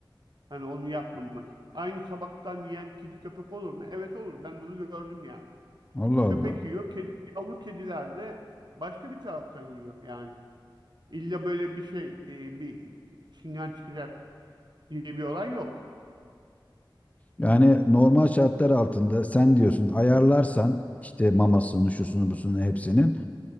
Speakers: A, on the right (about 60°); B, on the left (about 15°).
A: Hani onu yapmamak. Aynı tabaktan yiyen kedi köpek olur mu? Evet olur. Ben bunu gördüm yani.
B: Allah
A: Köpek
B: Allah.
A: yiyor. Kedi, yavru kediler de başka bir taraftan yiyor. Yani illa böyle bir şey e, bir çingen çıkacak diye bir olay yok.
B: Yani normal şartlar altında sen diyorsun ayarlarsan işte mamasını, şusunu, busunu hepsinin